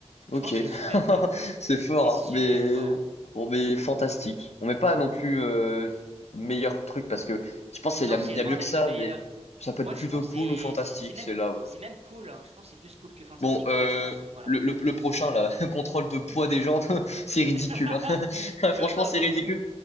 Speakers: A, on the left; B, on the right.
A: ok.
B: Je pense que
A: <laughs>
B: c'est super fort.
A: C'est fort,
B: C'est super
A: hein, mais
B: fort. hein.
A: bon, mais fantastique. On met pas non plus euh, meilleur truc parce que je pense qu'il
B: Non,
A: y a, il
B: c'est
A: y
B: loin
A: a mieux que
B: d'être
A: ça,
B: le meilleur.
A: mais ça peut
B: Moi,
A: être plutôt
B: je pense
A: cool
B: que c'est,
A: ou fantastique,
B: c'est c'est même,
A: c'est là, ouais.
B: c'est même cool, hein. Je pense que c'est plus cool que Fantasy,
A: Bon, euh,
B: ce que je pense. Voilà.
A: le, le, le prochain là, <laughs> contrôle de poids des jambes, <laughs> c'est ridicule.
B: <laughs>
A: hein. <laughs> Franchement,
B: Non, ça,
A: c'est
B: on s'en
A: ridicule.
B: fout.